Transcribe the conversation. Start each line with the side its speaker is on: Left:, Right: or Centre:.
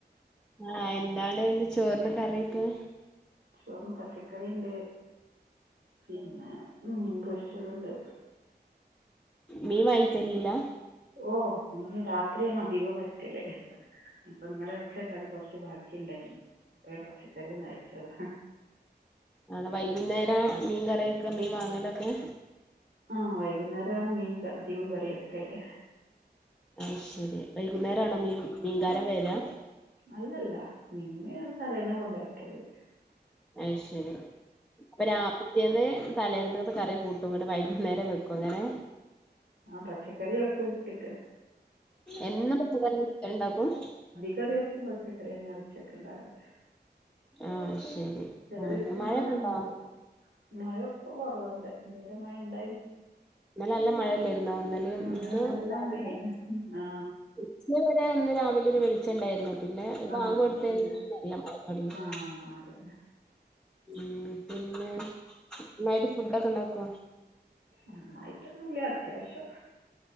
Centre: ആഹ്‌ എന്താണ് ഇന്ന് ചോറിന് കറിയൊക്കെ
Right: ചോറ്ന്ന് പച്ചക്കറിണ്ട് പിന്നെ മീൻ പൊരിച്ചതുണ്ട്
Centre: മീം വാങ്ങിക്കലീല്ല
Right: ഓഹ്‌ മീൻ രാത്രിയേണ് അധികോം വര്ത്തല് അപ്പൊ ന്നലെ വെച്ച കറി കൊറ്ച്ച് ബാ ക്കിണ്ടായിനിം അപ്പഴെ പച്ചക്കറിയൊന്നരച്ചത
Centre: ആണോ വൈകുന്നേര മീൻ കറി വെക്ക മീൻ വാങ്ങലൊക്കെ
Right: ആഹ്‌ വൈകുന്നേരാണ് മീൻ അധികോം കറിവെക്കല്
Centre: അയ്ശരി വൈകുന്നേരം ആണോ മീം മീൻകാരം വെരാ
Right: അല്ലല്ല മിന് തലേന്നെ കൊണ്ടക്കല്
Centre: അയ് ശരി അപ്പ രാ പിറ്റ്യേന്ന് തലേന്നത്തെ കറി കൂട്ടും ഇങ്ങട്ട് വൈകുന്നേരം വെക്കും അങ്ങനെ
Right: ആ പച്ചക്കറി വെക്കു ഉച്ചക്ക്
Centre: എന്നും പച്ചക്കറി <unintelligible> ഉണ്ടാക്കും
Right: പച്ചക്കറി വെക്കും പച്ചക്കറി ന്നാ ഉച്ചക്ക്‌ ഇണ്ടാവല്
Centre: ആഹ് ശരി
Right: ചില
Centre: ആഹ്
Right: ദിവസങ്ങളിൽ
Centre: മഴയൊക്കെ
Right: <unintelligible>
Centre: ഉണ്ടോ
Right: എടുക്കും <unintelligible> കുറ ഇപ്പ ഇവടെണ്ട് ഇതുവരെ മഴ ഉണ്ടായിനിം
Centre: ഇന്നലെ നല്ല മഴല്ലായിരുന്നോ ഇന്നലെയും
Right: ഇന്നലെ
Centre: ഇന്ന്
Right: നല്ല
Centre: രാവിലെ
Right: മഴയാണ് ആ
Centre: ഇന്നലെ വരെ ഇന്ന് രാവിലെ ഒരു വെളിച്ചം ഉണ്ടായിരുന്നു പിന്നെ ഒരു
Right: ആ
Centre: ബാങ്ക് കൊടുത്തേന്
Right: പിന്നെ
Centre: ശേഷം നല്ല മഴ തൊടങ്ങി
Right: ആ അതെ
Centre: ഉം പിന്നെ നന്നായിട്ട് ഫുഡൊക്കെ ഉണ്ടാക്കോ
Right: നന്നായിട്ടൊന്നും ഇല്ല അത്യാവിശ്യം